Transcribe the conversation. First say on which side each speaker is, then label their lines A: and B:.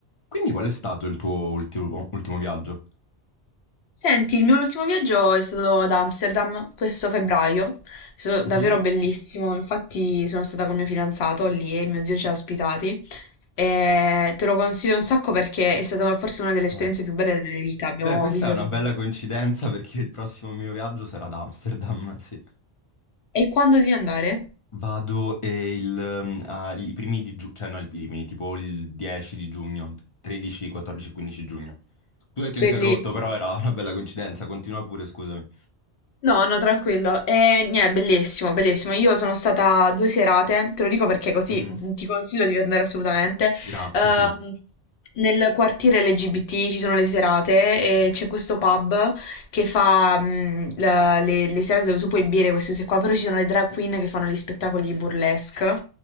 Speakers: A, on the left; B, on the left.
A: Quindi qual è stato il tuo ultimo, ultimo viaggio?
B: Senti, il mio ultimo viaggio è stato ad Amsterdam questo febbraio, è stato
A: Mhm.
B: davvero bellissimo, infatti sono stata con mio fidanzato lì e mio zio ci ha ospitati e te lo consiglio un sacco perché è stata forse una delle esperienze
A: Eh.
B: più belle della mia vita, abbiamo
A: Beh, questa
B: visitato...
A: è una bella coincidenza perché il prossimo mio viaggio sarà ad Amsterdam, <laughs> sì.
B: E quando devi andare?
A: Vado eh, il, ehm, ah, i primi di giugno, cioè no, i primi, tipo il 10 di giugno, 13, 14, 15 giugno. Tu ti
B: Bellissimo.
A: ho interrotto, però era una bella coincidenza, continua pure, scusami.
B: No, no, tranquillo. E niente, bellissimo, bellissimo. Io sono stata due serate, te lo dico perché così
A: Mhm.
B: mh, ti consiglio di andare assolutamente.
A: Grazie,
B: Ehm,
A: sì.
B: nel quartiere LGBT ci sono le serate
A: Mhm.
B: e c'è questo pub che fa mh, la- le, le serate dove tu puoi bere queste cose qua, però ci sono le drag queen che fanno gli spettacoli burlesque.